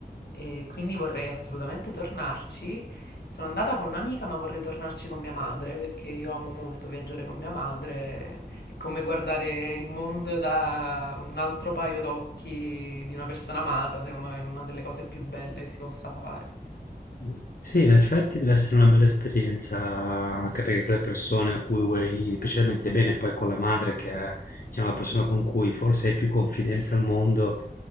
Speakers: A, on the left; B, on the left.
A: E quindi vorrei assolutamente tornarci. Sono andata con un'amica, ma vorrei tornarci con mia madre perché io amo molto viaggiare con mia madre è come guardare il mondo da un altro paio d'occhi di una persona amata, secondo me è una delle cose più belle che si possa fare.
B: Mh, sì, in effetti deve essere una bella esperienza, anche perché con le persone a cui vuoi specialmente bene, poi con la madre che è, diciamo, la persona con cui forse hai più confidenza al mondo,